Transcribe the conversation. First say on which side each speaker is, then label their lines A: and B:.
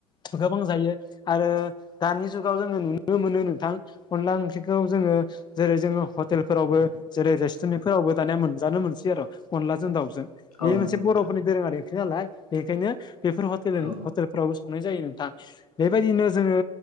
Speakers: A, on the left; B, on the left.
A: थु गोबां जायो आरो दानि जुगाव जोङो नुनो नो मोनो नोंथां। अनला ओंख्रिखौ जोङो जेरै जोङो हटेलफोरावबो जेरै रेस्टुरेन्ट फोरावबो दानिया मोनजानो मोनसै आरो अनलाजों दाउजों बे
B: औ नंगौ
A: मोनसे
B: नोंथां
A: बर'फोरनि दोरोङारि ओंख्रि नालाय बेनिखायनो बेफोर हथेल
B: औ
A: फोरावबो संनाय जायो नोंथां बेबायदिनो जोङो